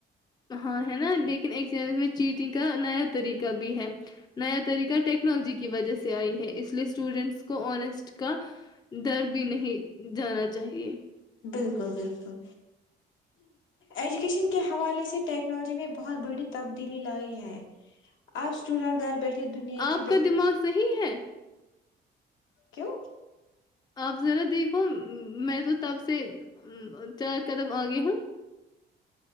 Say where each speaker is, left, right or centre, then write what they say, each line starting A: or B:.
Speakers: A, on the left; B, on the left.
A: ہاں ہے نا لیکن ایگزامز چیٹنگ کا نیا طریقہ بھی ہے نیا طریقہ ٹیکنالوجی کی وجہ سے آئی ہے اس لیے اسٹوڈینٹس کو آنیسٹ کا ڈر بھی نہیں جانا چاہیے
B: بالکل بالکل ایجوکیشن کے حوالے سے ٹیکنالوجی نے بہت بڑی تبدیلی لائی ہے آپ اسٹوڈینٹ گھر بیٹھے دنیا کی
A: آپ
B: بہ
A: کا دماغ صحیح ہے
B: کیوں
A: آپ ذرا دیکھو م میں تو تب سے م چار قدم آگے ہوں